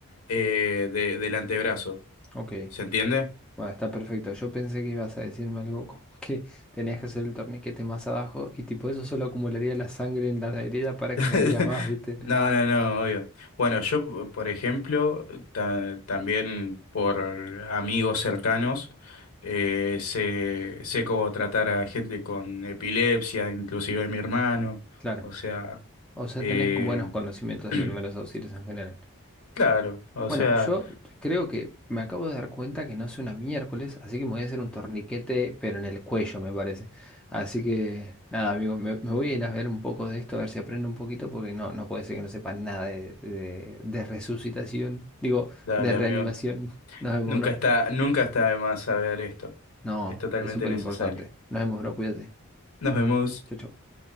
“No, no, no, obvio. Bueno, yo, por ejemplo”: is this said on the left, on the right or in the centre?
Left